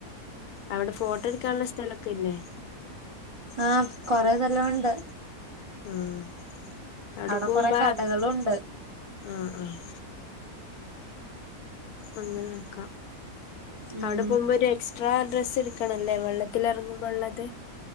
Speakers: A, on the left; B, on the right.
A: അവ്ടെ ഫോട്ടോ എടുക്കാൻള്ള സ്ഥലോക്കെ ഇല്ലേ
B: ആ കൊറേ സ്ഥലൊണ്ട്
A: ഉം അവ്ടെ
B: അവിടെ
A: പോവുമ്പ
B: കൊറെ കടകളുണ്ട്
A: ആഹ് ആഹ് അങ്ങനാക്കാ
B: ഉം
A: അവ്ടെ പോകുമ്പോ ഒരു എക്സ്ട്രാ ഡ്രസ്സ് എടുക്കണല്ലേ വെള്ളത്തിലെറങ്ങുമ്പോള്ളത്